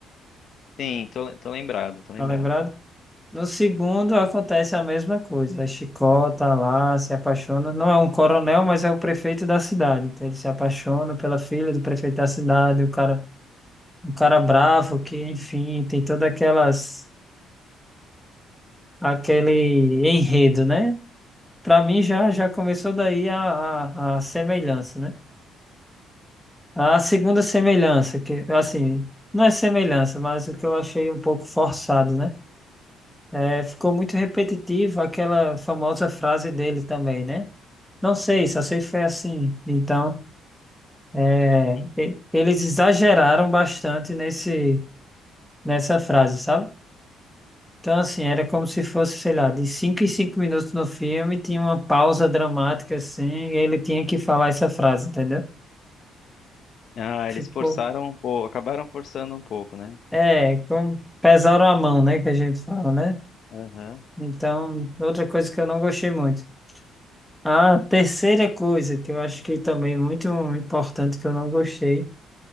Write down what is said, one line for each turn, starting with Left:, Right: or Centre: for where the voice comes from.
Left: Sim, tô, tô lembrado, tô lembrado.
Centre: Tá lembrado? No segundo, acontece a mesma coisa. Chicó tá lá, se apaixona. Não é um coronel, mas é o prefeito da cidade. Então, ele se apaixona pela filha do prefeito da cidade, o cara, um cara bravo que, enfim, tem toda aquelas aquele enredo, né? Para mim já já começou daí a, a, a semelhança, né? A segunda semelhança, que assim, não é semelhança, mas o que eu achei um pouco forçado, né? É, ficou muito repetitivo aquela famosa frase dele também, né? Não sei, só sei que foi assim. Então, é,
Left: Hum.
Centre: e- eles exageraram bastante nesse, nessa frase, sabe? Então, assim, era como se fosse, sei lá, de cinco em cinco minutos no filme, tinha uma pausa dramática, assim, e ele tinha que falar essa frase, entendeu?
Left: Ah, eles
Centre: Ficou.
Left: forçaram um pouco, acabaram forçando um pouco, né?
Centre: É, com... pesaram a mão, né? Que a gente fala, né?
Left: Aham.
Centre: Então, outra coisa que eu não gostei muito. A terceira coisa que eu acho que também é muito importante que eu não gostei